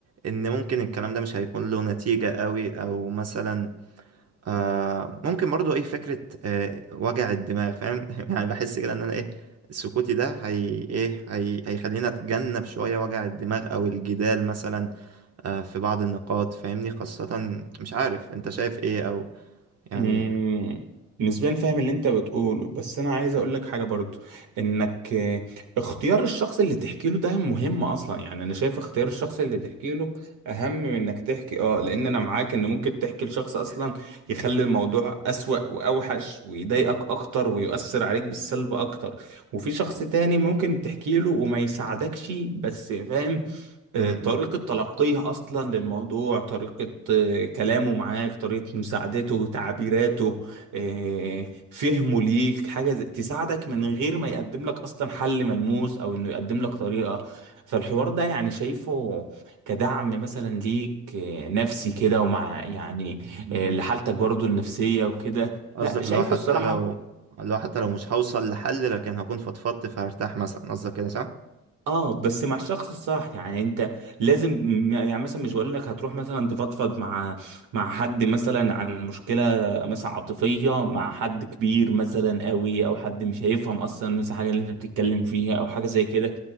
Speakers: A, on the right; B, on the right.
A: ان ممكن الكلام ده مش هيكون له نتيجة قوي او مثلا آه ممكن برضو ايه فكرة آه وجع الدماغ فاهم <laughs> يعني بحس كده ان انا ايه سكوتي ده هي ايه هي هيخليني اتجنب شوية وجع الدماغ او الجدال مثلا آه في بعض النقاط فاهمني خاصة مش عارف انت شايف ايه او يعني
B: مم،
A: م-
B: نسبيا فاهم اللي انت بتقوله بس انا عايز اقول لك حاجه برضو انك آه، اختيار الشخص اللي تحكي له ده مهم اصلا يعني انا شايف اختيار الشخص اللي تحكي له اهم من انك تحكي اه لان انا معاك ان ممكن تحكي لشخص اصلا يخلي الموضوع اسوأ واوحش ويضايقك اكتر ويؤثر عليك بالسلب اكتر وفي شخص تاني ممكن تحكي له وما يساعدكش بس فاهم
A: م-
B: آه، طريقة تلقيه أصلا للموضوع طريقة آه، كلامه معاك طريقة مساعدته تعبيراته آه، فهمه ليك حاجة زي- تساعدك من غير ما يقدم لك أصلا حل ملموس أو إنه يقدم لك طريقة فالحوار ده يعني شايفه كدعم مثلا ليك آه، نفسي كده ومع يعني
A: م-
B: آه،
A: م.
B: لحالتك برضو النفسية وكده
A: قصدك
B: لا شايفه
A: اللي هو حتى
B: الصراحة
A: لو اللي هو حتى لو مش هوصل لحل لكن هكون فضفضت فهرتاح مثلا قصدك كده صح؟
B: اه بس مع الشخص الصح يعني انت لازم م- يعني مثلا مش بقول لك هتروح مثلا تفضفض مع مع حد مثلا عن مشكله مثلا عاطفيه مع حد كبير مثلا قوي او حد مش هيفهم اصلا مثلا حاجه اللي انت بتتكلم فيها او حاجه زي كده